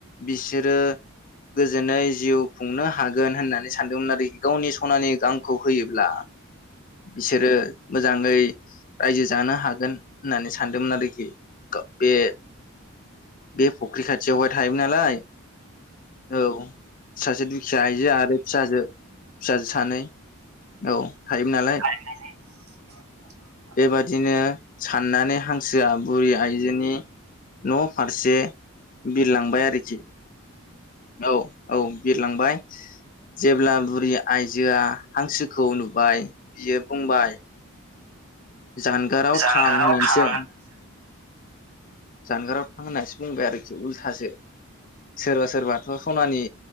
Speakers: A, on the left (about 40°); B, on the right (about 85°).
A: बिसोरो गोजोनै जिउ खुंनो हागोन होननानै सानदोंमोन आरोखि। गावनि सनानि गांखौ होयोब्ला बिसोरो मोजाङै रायजो जानो हागोन होननानै सानदोंमोन आरोखि ग बे बे फुख्रि खाथियावहाय थायोमोन नालाय। औ फिसाजो दुखिया हायजो आरो फिसाजो फिसाजो सानै औ थायोमोन नालाय।
B: <inaudible>
A: बेबादिनो साननानै हांसोआ बुरि आइजोनि न' फारसे बिरलांबाय आरोखि। औ औ बिरलांबाय। जेब्ला बुरि आइजोआ हांसोखौ नुबाय बियो बुंबाय जानगाराव
B: जानगाराव
A: थां होननानैसो
B: थां
A: जानगाराव थां होननानैसो बुंबाय आरोखि उल्थासो सोरबा सोरबाथ' सनानि